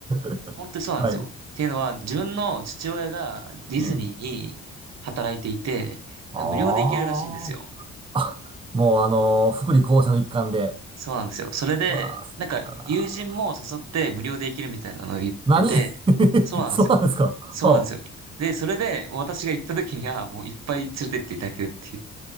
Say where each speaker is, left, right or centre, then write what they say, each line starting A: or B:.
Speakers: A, on the right; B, on the right.
A: <laughs>
B: 本当にそうなんですよ。
A: はい。
B: っていうのは、自分の父親がディズニーに働いていて、
A: うん。あ
B: なんか無料で行けるらしいんですよ。
A: あ。あもうあのー福利厚生の一環で。
B: そうなんですよ。それで、
A: うわあ、好きだな。
B: なんか友人も誘って無料で行けるみたいなのを言ってて、
A: 何 <laughs>
B: そうなんですよ。
A: そうなんですか。
B: そうなんですよ。
A: はあ
B: で、それで私が行った時にはもういっぱい連れてっていただけるっていう。